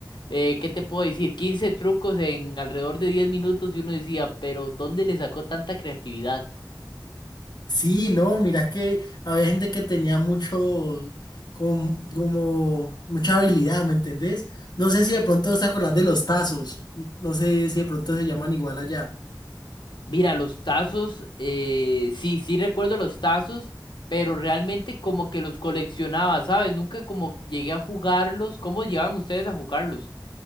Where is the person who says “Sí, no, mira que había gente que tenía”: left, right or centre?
Left